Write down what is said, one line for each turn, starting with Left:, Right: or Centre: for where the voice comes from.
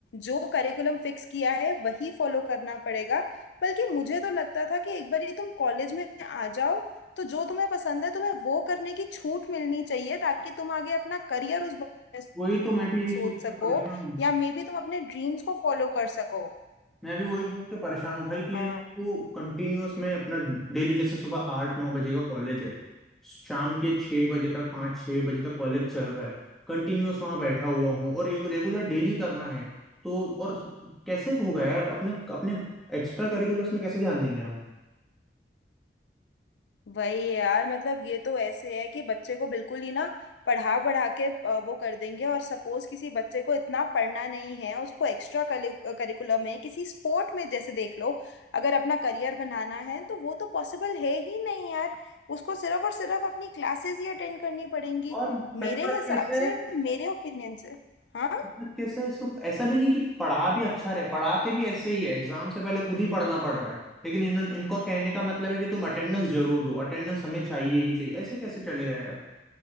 Left: जो करिकुलम फिक्स किया है वही फॉलो करना पड़ेगा बल्कि मुझे तो लगता था कि एक बार ही तुम कॉलेज में आ जाओ तो जो तुम्हें पसंद है तुम्हें वो करने की छूट मिलनी चाहिए ताकि तुम आगे अपना करियर उस बारे में
Centre: वही तो मैं भी यही सोच
Left: सोच
Centre: के
Left: सको
Centre: परेशान
Left: या मे बी तुम अपने ड्रीम्स को फॉलो कर सको
Centre: मैं भी वही सोच के परेशान हूँ भाई कि
Left: हाँ।
Centre: यानी तू कंटिन्यूअस में अपना डेली जैसे सुबह आठ नौ बजे का कॉलेज है शाम के छः बजे तक पाँच छः बजे तक कॉलेज चल रहा है कंटिन्यूअस वहाँ बैठा हुआ हूँ और एक रेगुलर डेली करना है तो और कैसे होगा यार अपने अपने एक्स्ट्रा करिकुलर्स में कैसे ध्यान देंगे हम
Left: वही यार मतलब ये तो ऐसे है कि बच्चे को बिल्कुल ही ना पढ़ा पढ़ा के अ, वो कर देंगे और सपोज किसी बच्चे को इतना पढ़ना नहीं है उसको एक्स्ट्रा करिकुलम में किसी स्पोर्ट में जैसे देख लो अगर अपना करियर बनाना है तो वो तो पॉसिबल है ही नहीं यार उसको सिर्फ और सिर्फ अपनी क्लासेस ही अटेंड करनी पड़ेंगी
Centre: और पहली
Left: मेरे
Centre: बात
Left: हिसाब
Centre: कैसे है
Left: से मेरे ओपिनियन से हाँ
Centre: मतलब कैसे इसको ऐसा भी नहीं कि पढ़ा भी अच्छा रहे पढ़ाते भी ऐसे ही है एग्जाम से पहले खुद ही पढ़ना पड़ रहा है लेकिन इन इनको कहने का मतलब है कि तुम अटेंडेंस जरूर दो अटेंडेंस हमें चाहिए ही चाहिए ऐसे कैसे चलेगा यार